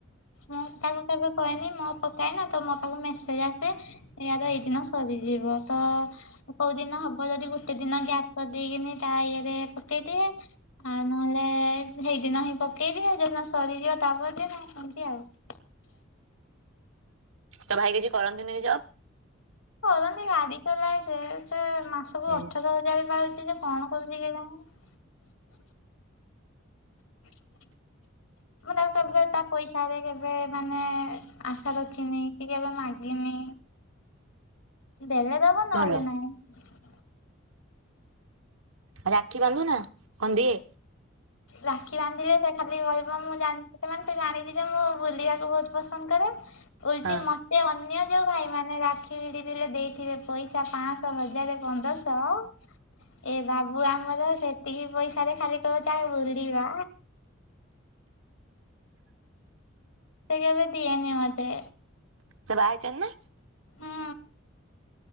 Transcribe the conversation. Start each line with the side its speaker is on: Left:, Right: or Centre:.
Left: ମୁଁ ତାକୁ କେବେ କହନି ମୋ ପକାଏ ନା ତ ମୋ ପାଖକୁ ମେସେଜ ଆସେ ଇୟାର ଏଇ ଦିନ ସରି ଯିବ ତ କୋଉ ଦିନ ହବ ଯଦି ଗୋଟେ ଦିନ ଗ୍ୟାପ୍ କରି ଦେଇକି ତା ଇଏରେ ପକେଇଦିଏ। ଆ ନହେଲେ ଏ ହେଇଦିନ ହିଁ ପକେଇଦିଏ ଯୋଉ ଦିନ ସରିଯିବ ତାପର ଦିନ ଏମିତି ଆଉ।
Right: ତ ଭାଇ କିଛି କରନ୍ତିନି କି ଜବ୍?
Left: କରନ୍ତି ଗାଡି ଚଲାଏ ସେ ମାସକୁ
Right: ହୁଁ।
Left: ଅଠର ହଜାର ପାଉଛି ଯେ କଣ କରୁଛି କେଜାଣି? ହ <unintelligible> କେବେ ତା ପଇସାରେ କେବେ ମାନେ ଆଶା ରଖିନି, କି କେବେ ମାଗିନି। ଦେଲେ ଦବ ନହେଲେ
Right: ଭଲ
Left: ନାଇଁ
Right: ଆଉ ରାକ୍ଷୀ ବାନ୍ଧୁ ନା, କଣ ଦିଏ?
Left: ରାକ୍ଷୀ ବାନ୍ଧିଲେ ସେ ଖାଲି କହିବ, ମୁଁ ସେମାନେ ସେ ଜାଣିଛି ଯେ -ମୁଁ ବୁଲିବାକୁ ବହୁତ ପସନ୍ଦ କରେ। ଉଲଟି
Right: ହଁ।
Left: ମତେ ଅନ୍ୟ ଯୋଉ ଭାଇ ମାନେ ରାକ୍ଷୀ ଭିଡି ଥିଲେ ଦେଇଥିବେ ପଇସା ପାଞ୍ଚଶହ ହଜାର ପନ୍ଦରଶହ ଏ ବାବୁ ଆମର ସେତିକି ପଇସାରେ ଖାଲି କହିବ ଚା ବୁଲିବା। ସେ କେବେ ଦିଏନି ମତେ।
Right: ସେ ବାହା ହେଇଛନ୍ତି ନା?
Left: ହୁଁ।